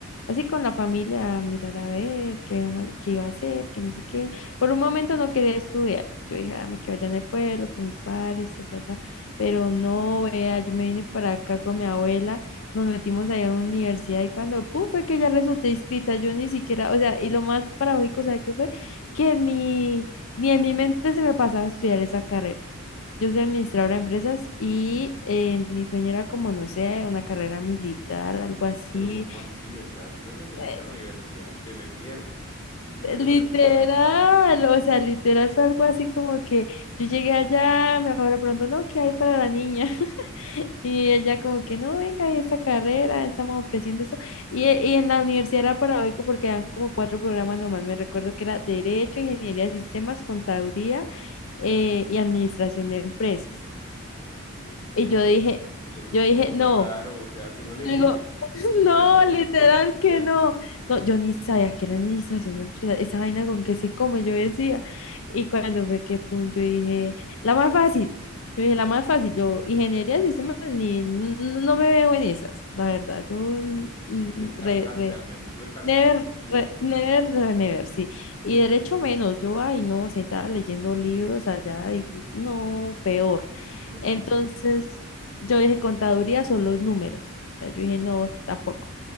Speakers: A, on the left; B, on the left.
A: así con la familia, a mirar a ver qué, vamos qué iba a hacer, qué no sé qué. Por un momento no quería estudiar. Yo dije, ah, me quedo allá en el pueblo con mis padres, ta, ta, ta. Pero no, vea, yo me vine para acá con mi abuela, nos metimos ahí a una universidad y cuando, pum, fue que ya resulté inscrita. Yo ni siquiera, o sea, y lo más paradójico, ¿sabe qué fue? Que en mi, ni en mi mente se me pasaba estudiar esa carrera. Yo soy administradora de empresas y eh, mi sueño era como, no sé, una carrera militar, algo así.
B: Pero ¿cómo así? O sea, tú no te metiste
A: Eh,
B: a la universidad, te metieron y
A: eh,
B: no te
A: literal,
B: preguntaron.
A: o sea, literal fue algo así como que yo llegué allá, me abuela pronto, no, ¿qué hay para la niña? <laughs> Y ella como que, no, venga, hay esta carrera, estamos ofreciendo eso. Y, eh, y en la universidad era paradójico porque dan como cuatro programas nomás, me recuerdo que era Derecho, Ingeniería de Sistemas, Contaduría eh, y Administración de Empresas.
B: Ok, oye,
A: Y yo
B: pero,
A: dije...
B: pero es
A: Yo
B: que está
A: dije,
B: súper
A: no,
B: raro, o sea, tú no elegiste,
A: Yo digo, <laughs>
B: tú ni siquiera
A: no,
B: sabías
A: literal
B: que ibas a estudiar.
A: que no. No, yo ni sabía que era administración empresarial. Esa vaina con que se come, yo decía. Y cuando fue que pum, yo dije, la más fácil. Yo dije, la más fácil. Yo, ingeniería de sistemas, ni, n- no me veo en esas, la verdad. Yo, mm,
B: Descartaste
A: re, re.
B: al menos, tú descartaste
A: Never,
B: las opciones,
A: re- never, re- never, sí. Y derecho menos, yo, ay, no, sentada leyendo libros allá, dije, no, peor.
B: eso no es
A: Entonces,
B: lo tuyo.
A: yo dije, contaduría son los números. O sea, yo dije, no, tampoco.